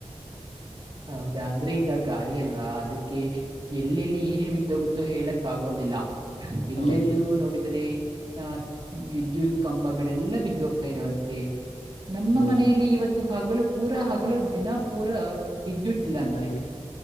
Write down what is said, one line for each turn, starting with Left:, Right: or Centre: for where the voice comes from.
Right: ಹೌದಾ ಅಂದ್ರೆ ಈಗ ಗಾಳಿ ಅಲ್ವಾ ಅದಕ್ಕೆ ಎಲ್ಲೆಲ್ಲಿ ಏನೇನ್ ಬಿದ್ದೋಗುತ್ತ ಇ ಹೇಳಕ್ ಆಗೋದಿಲ್ಲ ಎಲ್ಲೆಲ್ಲೂ
Left: ಹೌದೌದು
Right: ನೋಡಿದರೆ ಆ ವಿದ್ಯುತ್ ಕಂಬಗಳೆಲ್ಲ ಬಿದ್ದ ಹೋಗ್ತಾ ಇರುವಂತೆ ನಮ್ಮ
Left: ಹೌದು
Right: ಮನೆಯಲ್ಲಿ ಇವತ್ತು ಹಲು ಪೂರ ಹಗಲು ದಿನ ಪೂರಾ ವಿದ್ಯುತ್ ಇಲ್ಲಂತೆ
Left: ಹಾಗೆ